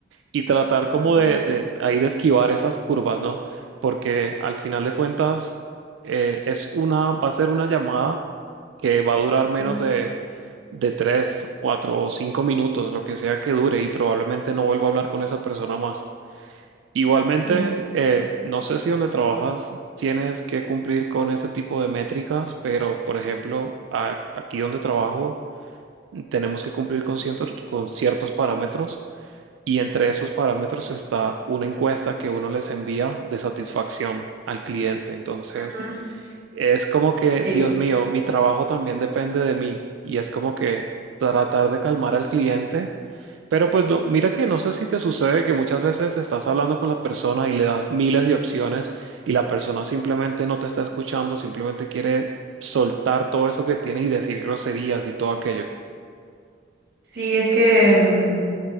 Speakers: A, on the right; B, on the right.
A: y tratar como
B: claro.
A: de, de ahí de esquivar esas curvas, ¿no? Porque al final de cuentas eh, es una, va a ser una llamada que va a durar menos
B: Ujú,
A: de, de 3 4 o 5 minutos, lo que sea que dure, y probablemente no vuelva a hablar con esa persona más. Igualmente,
B: Sí.
A: eh, no sé si donde trabajas tienes que cumplir con ese tipo de métricas, pero por ejemplo, a- aquí donde trabajo tenemos que cumplir con cientos- con ciertos parámetros y entre esos parámetros está una encuesta que uno les envía de satisfacción al cliente. Entonces,
B: Ujú.
A: es como que,
B: Sí,
A: Dios mío, mi trabajo también depende de mí. Y es como que tratar de calmar al cliente. Pero pues no- mira que no sé si te sucede que muchas veces estás hablando con la persona y le das miles de opciones y la persona simplemente no te está escuchando, simplemente quiere soltar todo eso que tiene y decir groserías y todo aquello.
B: sí, es que mm,